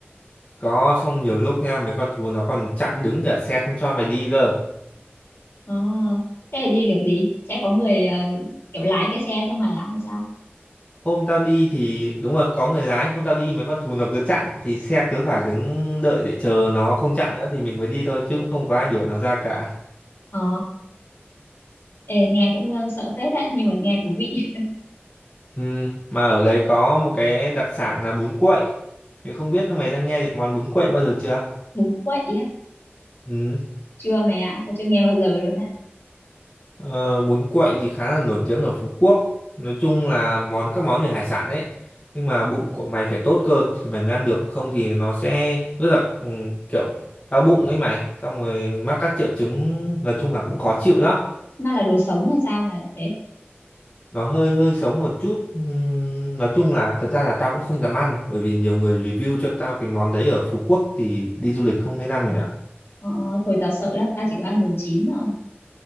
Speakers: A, on the left (about 25°); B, on the left (about 60°).
A: Có xong nhiều lúc nha mấy con thú nó còn chặn đứng cả xe không cho mày đi cơ
B: Ờ, thế là đi kiểu gì sẽ có người ờ, kiểu lái cái xe cho mày à hay sao
A: Hôm tao đi thì đúng rồi có người lái Hôm tao đi mấy con thú nó cứ chặn Thì xe cứ phải đứng đợi để chờ nó không chặn nữa Thì mình mới đi thôi chứ cũng không có ai đuổi nó ra cả
B: Ờ, ê, nghe cũng ờ, sợ phết đấy nhưng mà nghe thú vị <laughs>
A: ừ. Mà ở đấy có một cái đặc sản là bún quậy Thì không biết mày đang nghe đến món bún quậy bao giờ chưa
B: bún quậy á
A: ừ.
B: chưa mày ạ tao chưa nghe bao giờ luôn đấy
A: Ờ, bún quậy thì khá là nổi tiếng ở Phú Quốc nói chung là món các món về hải sản đấy nhưng mà bụng của mày phải tốt cơ thì mày mới ăn được không thì nó sẽ rất là ừ, kiểu đau bụng ấy mày xong rồi mắc các triệu chứng nói chung là cũng khó chịu lắm
B: nó là đồ sống hay sao mà lại thế
A: nó hơi hơi sống một chút Ừm, nói chung là thật ra là tao cũng không dám ăn bởi vì nhiều người review cho tao cái món đấy ở Phú Quốc thì đi du lịch không nên ăn mày ạ
B: Ờ, thôi tao sợ lắm tao chỉ có ăn đồ chín thôi